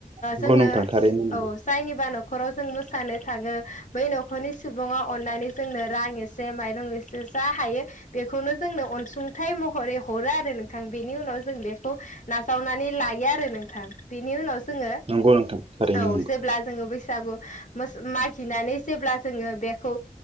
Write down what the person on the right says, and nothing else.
नंगौ
नोंथां थारैनो नंगौ
नंगौ नोंथां थारैनो
नंगौ